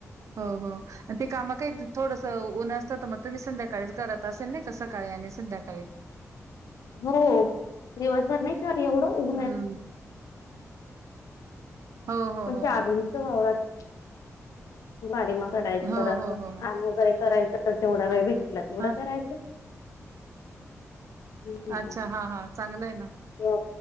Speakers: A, on the right; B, on the left.
A: हो हो ते काम काही थोडंसं नं असतं तर मग तुम्ही संध्या सकाळी करात असेल ना क सकाळी आणि सध्याकाळी
B: हो दिवासभर नाही स एवढं उघ
A: हं. हो, हो,
B: म्हण
A: हो.
B: च आारलिंगच वावरात बारी म करायचं
A: हो,
B: तर असं
A: हो, हो.
B: आम वगैरे करायचं तर जेवढा वेळ
A: हं.
B: भेटला तेवढं
A: हां.
B: करायचं हम्म
A: अच्छा हा हा चांगलंय ना
B: हो